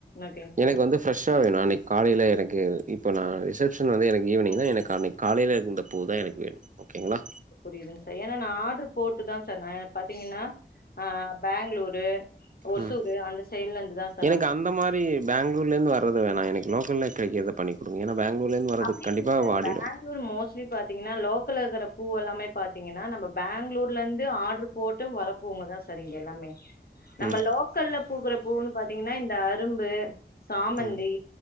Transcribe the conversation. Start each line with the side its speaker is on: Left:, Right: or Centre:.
Left: ஓகேங்க சார்
Right: எனக்கு வந்து ஃப்ரெஷா வேணு அன்னைக்கு காலைல எனக்கு இப்போ நா ரிசெப்ஷன் வந்து எனக்கு ஈவினிங்தா எனக்கு அன்னைக் காலைல இருந்த பூ தா எனக்கு வேணு ஓகேங்ளா
Left: புரியுதுங் சார் ஏன்னா நான் ஆர்டரு போட்டுதா சார் நா பாத்தீங்கன்னா ஆ பெங்களூரு ஒசூரு
Right: ம்
Left: அந்த சைடுல இருந்துதா சார்
Right: எனக்கு
Left: நா
Right: அந்த மாரி பேங்களூர்ல இருந்து வர்றது வேணா எனக்கு லோக்கல்ல கெடைக்குறத பண்ணி குடுங்க ஏன்னா பெங்களூர்லருந்து வர்றது
Left: அப்டி
Right: கண்டிப்பா
Left: இல்லைங்க சார்
Right: வாடிடு
Left: பேங்ளூர் மோஸ்ட்லி பாத்தீங்கன்னா லோக்கல்ல இருக்குற பூ எல்லாமே பாத்தீங்கன்னா நம்ம பேங்ளூர்ல இருந்து ஆட்ரு போட்டு வர்ற பூவுங்கதா சார் இங்க எல்லாமே நம்ம
Right: ம்
Left: லோக்கல்ல பூக்குற பூவுன்னு பாத்தீங்கன்னா இந்த அரும்பு சாமந்தி
Right: ம்